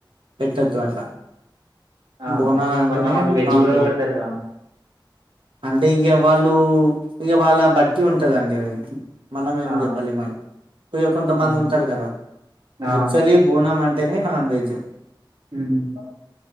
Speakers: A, on the right (about 85°); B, on the right (about 55°).
A: పెట్టొద్దు అట్లా
B: ఆ
A: బోనాలు అంటేనే
B: కొంద అంది వెజ్
A: నాన్
B: కూడా పెడతారుద
A: అంటే ఇక వాళ్ళు ఇక వాళ్ళ బట్టి ఉంటదండి అది మనమేం
B: ఆ
A: జెప్పాలి మరి ఇగ కొంతమంది
B: ఉమ్,
A: ఉంటారు గదా,
B: ఆ
A: యాక్చువల్లీ బోనం అంటేనే నాన్ వె చెప్
B: మ్మ్ కా